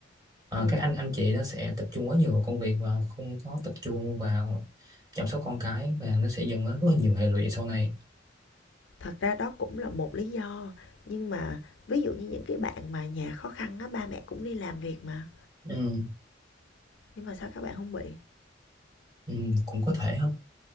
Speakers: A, on the right (about 20°); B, on the left (about 75°).
A: ờ,
B: ừ
A: các anh anh chị nó sẽ tập trung quá nhiều vào công việc và không có tập trung vào chăm sóc con cái và nó sẽ dẫn đến rất là nhiều hệ lụy sau này
B: Thật ra đó cũng là một lý do, nhưng mà ví dụ như những cái bạn mà nhà khó khăn á, ba mẹ cũng đi làm việc mà,
A: ừ,
B: nhưng mà sao các bạn không bị?
A: ừ, cũng có thể không